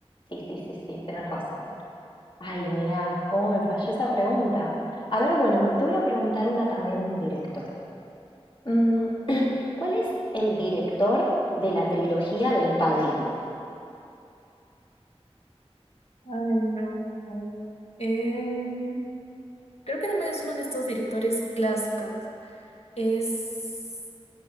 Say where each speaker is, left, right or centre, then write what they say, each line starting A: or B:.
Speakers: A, on the left (about 55°); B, on the left (about 75°).
A: sí, sí, sí, sí, tenés razón. Ay, mirá, cómo me falló esa pregunta. A ver, bueno, me- te voy a preguntar una también de un director. Mm, <clears throat> ¿cuál es el director de la trilogía del Padrino?
B: Ay, no, a ver. Eh, creo que también es uno de estos directores clásicos. Es